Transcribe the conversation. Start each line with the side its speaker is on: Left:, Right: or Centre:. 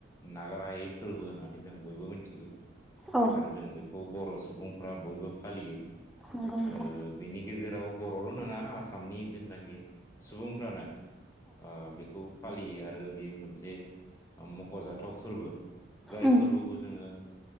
Left: नागारायै फोरबो होननानै जों बयबो मिथिगौ।
Centre: औ
Left: आरो जों बेखौ बर' सुबुंफ्रा बयबो फालियो।
Centre: नंगौ नोंथां
Left: आरो बेनि गेजेराव बर'ल' नङा आसाम। आसामनि जेुथुनाखि सुबुंफ्रानो। ओ बेखौ फालियो आरो बेयो मोनसे। मख'जाथाव फोरबो जाय
Centre: औ
Left: फोरबोखौ जोङो।